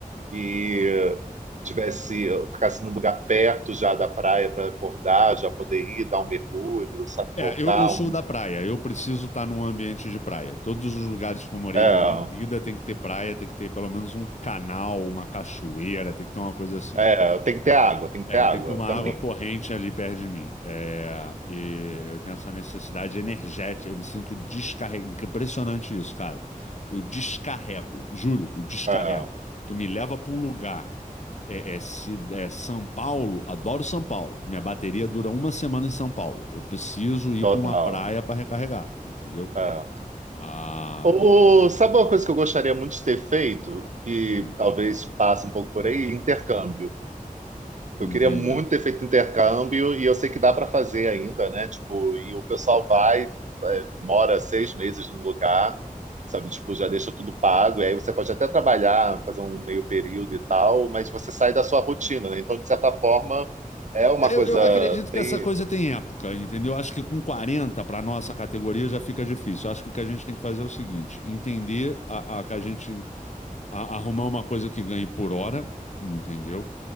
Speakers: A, on the right; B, on the left.
A: que tivesse, ficasse num lugar perto já da praia para acordar, já poder ir, dar um mergulho, sabe?
B: É,
A: Voltar.
B: eu, eu sou
A: Um...
B: da praia, eu preciso estar num ambiente de praia. Todos os lugares que eu morei
A: É,
B: na minha vida tem que ter praia, tem que ter pelo menos um canal, uma cachoeira, tem que ter uma coisa assim.
A: é, tem que ter água, tem que
B: É,
A: ter água
B: tem que ter uma
A: também.
B: água corrente ali perto de mim. É, e eu tenho essa necessidade energética. Eu me sinto descarrego. Impressionante isso, cara. Eu descarrego, juro, eu descarrego.
A: É,
B: Tu me leva pra um lugar. É, é, se, é São Paulo, adoro São Paulo. Minha bateria dura uma semana em São Paulo. Eu preciso ir
A: total.
B: pra uma praia pra recarregar, entendeu?
A: É.
B: Ah,
A: Ô, sabe uma coisa que eu gostaria muito de ter feito, que
B: hum,
A: talvez passe um pouco por aí? Intercâmbio. Eu
B: entendi.
A: queria muito ter feito intercâmbio e eu sei que dá para fazer ainda, né? Tipo, e o pessoal vai, é, mora seis meses num lugar, sabe? Tipo, já deixa tudo pago. E aí você pode até trabalhar, fazer um meio período e tal, mas você sai da sua rotina, né? Então, de certa forma, é uma
B: É,
A: coisa.
B: Eu, eu acredito que
A: Tem...
B: essa coisa tem época, entendeu? Acho que com 40 para nossa categoria já fica difícil. Acho que o que a gente tem que fazer é o seguinte: entender a, a- que a gente a- arrumar uma coisa que ganhe por hora, entendeu?